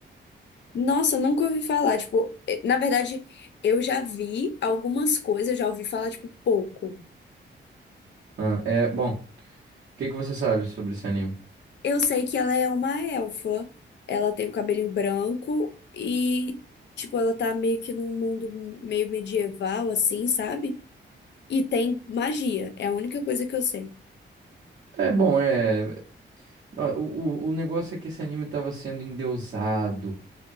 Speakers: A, on the left (about 65°); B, on the right (about 55°).
A: Nossa, eu nunca ouvi falar. Tipo, eh, na verdade, eu já vi algumas coisas, eu já ouvi falar, tipo, pouco.
B: Ah, é, bom. O que que você sabe sobre esse anime?
A: Eu sei que ela é uma elfa. Ela tem o cabelinho branco e, tipo, ela tá meio que num mundo meio medieval, assim, sabe? E tem magia. É a única coisa que eu sei.
B: É bom, é. Não, O, o, o negócio é que esse anime tava sendo endeusado.